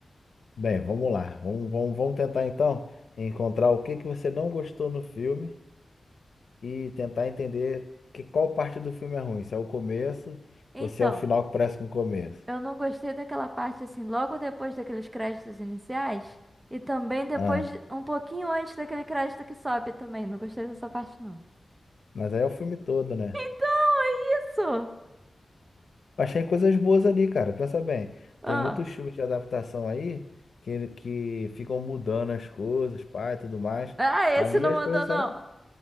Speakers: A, on the left; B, on the right.
A: Bem, vamos lá, vamos, vamos, vamos tentar então encontrar o que que você não gostou no filme e tentar entender que qual parte do filme é ruim, se é o começo
B: Então.
A: ou se é o final que parece com o começo.
B: Eu não gostei daquela parte assim, logo depois daqueles créditos iniciais e também depois,
A: Ah,
B: um pouquinho antes daquele crédito que sobe também. Não gostei dessa parte, não.
A: mas aí é o filme todo, né?
B: Então, é isso!
A: Achei coisas boas ali, cara. Pensa bem,
B: Ah,
A: tem muitos filmes de adaptação aí que, que ficam mudando as coisas, pá, e tudo mais.
B: ah, esse
A: Ali
B: não
A: as
B: mandou,
A: coisas
B: não.
A: eram.